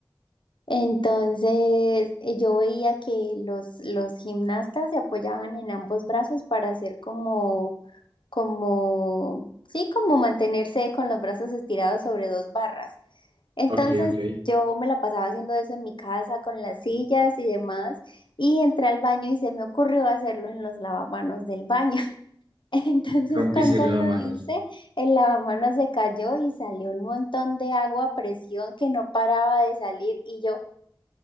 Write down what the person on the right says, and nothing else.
Ok, ok.
Rompiste
el
manos.